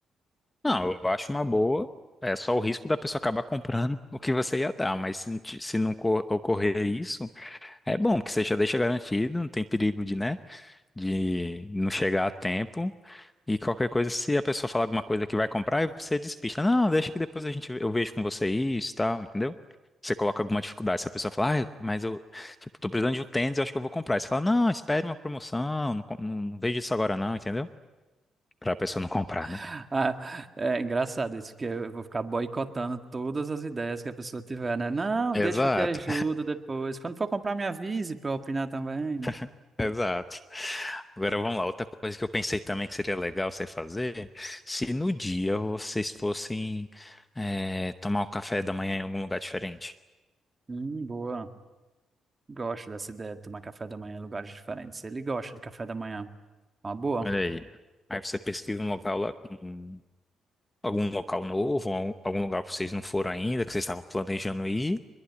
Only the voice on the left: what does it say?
Não, eu acho uma boa. É só o risco da pessoa acabar comprando <laughs> o que você ia dar, mas se, não ti- se não co- ocorrer isso, é bom, porque você já deixa garantido, não tem perigo de, né? de não chegar a tempo. E qualquer coisa, se a pessoa falar alguma coisa que vai comprar, aí você despista. Não, deixa que depois a gente, eu vejo com você isso e tal, entendeu? Você coloca alguma dificuldade. Se a pessoa falar, ah, mas eu, tipo, tô precisando de um tênis, eu acho que eu vou comprar. Aí Você fala, não, espere uma promoção, não, com- não, não vejo isso agora não, entendeu? Pra pessoa não comprar, né?
Exato,
<laughs> exato. Agora vamos lá, outra coisa que eu pensei também que seria legal você fazer, se no dia vocês fossem eh, tomar o café da manhã em algum lugar diferente.
Olha aí. Aí você pesquisa um local lá, um- algum local novo, algum algum lugar que vocês não foram ainda, que vocês estavam planejando ir.